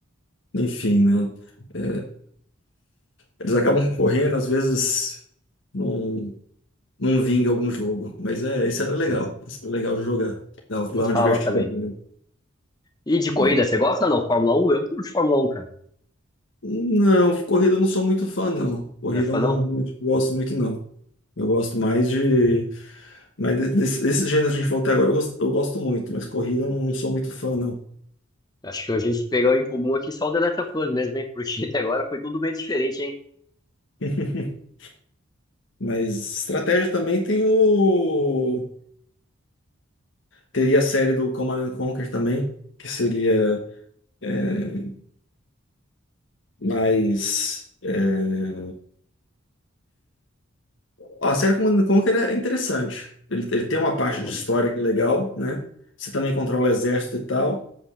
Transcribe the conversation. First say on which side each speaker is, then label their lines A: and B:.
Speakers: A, on the left; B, on the left.
A: enfim, né? É, eles acabam concorrendo, às vezes não. não vinga algum jogo. Mas é, esse era legal.
B: né?
A: Esse era legal de jogar. Dava pra
B: Gostava
A: dar uma divertida
B: também.
A: boa,
B: E de corrida,
A: né?
B: você gosta não? Fórmula 1? Eu curto Fórmula 1, cara.
A: Não, corrida eu não sou muito fã, não. Corrida
B: Não é fã,
A: eu não,
B: não?
A: não gosto muito, não. Eu gosto mais de. Mas de- desse- desses gêneros que a gente falou até agora, eu gosto, eu gosto muito, mas corrida eu não sou muito fã, não.
B: Acho que a gente pegou em comum aqui só o The Last of Us mesmo, hein? Porque <laughs> até agora foi tudo bem diferente, hein?
A: <laughs> Mas estratégia também tem o. Teria a série do Command and Conquer também, que seria é, mais. é, Ó, a série Command and Conquer é interessante. Ele, ele tem uma parte
B: Pô, mano.
A: de história que é legal, né? Você também controla o exército e tal.